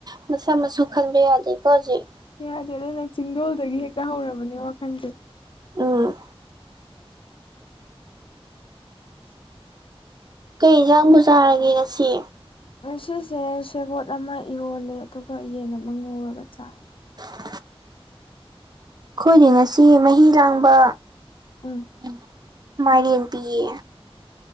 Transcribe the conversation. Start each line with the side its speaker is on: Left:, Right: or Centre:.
Right: ꯃꯆꯥ ꯃꯁꯨ ꯈꯟꯕ ꯌꯥꯗꯦꯀꯣ ꯍꯧꯖꯤꯛ
Left: ꯌꯥꯗꯦ ꯑꯗꯨꯅ ꯆꯤꯡꯗꯣꯜꯗꯒꯤ ꯍꯦꯛꯇ ꯍꯧꯔꯕꯅꯦ ꯋꯥꯈꯜꯁꯦ
Right: ꯑ
Left: <inaudible>
Right: ꯀꯩ ꯌꯦꯟꯖꯥꯡꯕꯨ ꯆꯥꯔꯒꯦ ꯉꯁꯤ
Left: ꯉꯁꯤꯁꯦ ꯁꯦꯕꯣꯠ ꯑꯃ ꯏꯔꯣꯜꯂꯦ ꯑꯗꯨꯒ ꯌꯦꯟ ꯑꯃ ꯉꯧꯔꯒ ꯆꯥꯔꯦ
Right: <inaudible> ꯑꯩꯈꯣꯏꯗꯤ ꯉꯁꯤ ꯃꯍꯤ ꯂꯥꯡꯕ
Left: ꯎꯝ
Right: <unintelligible> ꯃꯥꯢꯔꯦꯟ ꯄꯤꯌꯦ